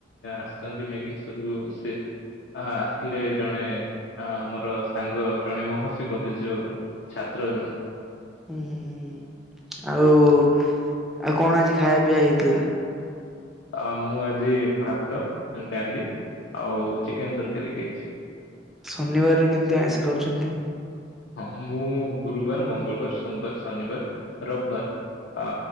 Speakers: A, on the left (about 65°); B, in the centre.
A: ଆସିଛନ୍ତି ମେଘେଶ୍ଵର କୁ ସେ ଅ ଆସିଥିଲେ ଜଣେ ଆମର ସାଙ୍ଗ ଜଣେ ମହର୍ଷି କଲେଜ ଯୋଉ ଛାତ୍ର ଜଣ।
B: ହୁଁ ହୁଁ ହୁଁ ହୁଁ ଆଉ ଆଉ କଣ ଆଜି ଖାଇବା ପିଇଆ ହେଇଥିଲା?
A: ଆ ମୁଁ ଆଜି ଭାତ ଡାଲି ଆଉ ଚିକେନ ତରକାରୀ ଖାଇଛି।
B: ଶନିବାରରେ କେମିତି ଆଇଁଷ ଖାଉଛନ୍ତି।
A: ହଁ ମୁଁ ଗୁରୁବାର ମଙ୍ଗଳବାର ସୋମବାର ଶନିବାର ରବିବାର। ଅ